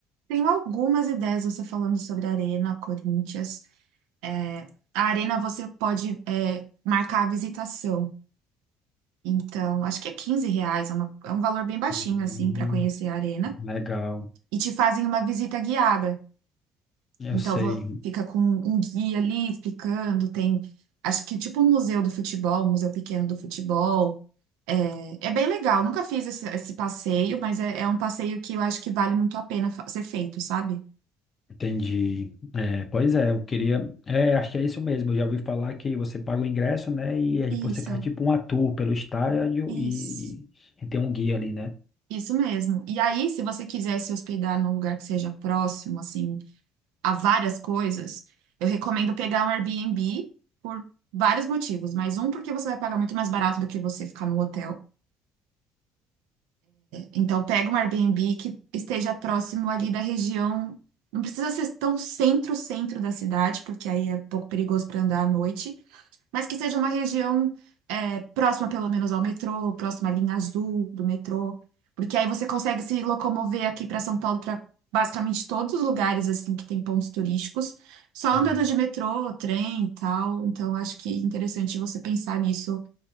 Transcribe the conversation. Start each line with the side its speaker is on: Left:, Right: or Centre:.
Right: Tenho algumas ideias você falando sobre a Arena, Corinthians. É, a Arena você pode, é, marcar a visitação. Então, acho que é 15 reais, é, uma- é um valor bem baixinho,
Left: Hum,
Right: assim, para conhecer a arena.
Left: legal.
Right: E te fazem uma visita guiada.
Left: Eu
Right: Então,
Left: sei,
Right: vo- fica com um guia ali explicando. Tem, acho que é tipo um museu do futebol, um museu pequeno do futebol. É, é bem legal. Nunca fiz esse, esse passeio, mas é, é um passeio que eu acho que vale muito a pena fa- ser feito, sabe?
Left: entendi. É, pois é, eu queria. É, acho que é isso mesmo. Eu já ouvi falar que você paga o ingresso, né? E aí você
Right: Isso,
Left: faz tipo um tour pelo estádio
Right: isso,
Left: e, e- e tem um guia ali, né?
Right: isso mesmo. E aí, se você quiser se hospedar num lugar que seja próximo, assim, a várias coisas, eu recomendo pegar um Airbnb por vários motivos, mas um porque você vai pagar muito mais barato do que você ficar no hotel. Então pega um Airbnb que esteja próximo ali da região. Não precisa ser tão centro-centro da cidade, porque aí é um pouco perigoso para andar à noite, mas que seja uma região é, próxima, pelo menos, ao metrô, próxima à linha azul do metrô, porque aí você consegue se locomover aqui para São Paulo, para basicamente todos os lugares assim que tem pontos turísticos, só
Left: Hum,
Right: andando de metrô, trem e tal. Então, acho que é interessante você pensar nisso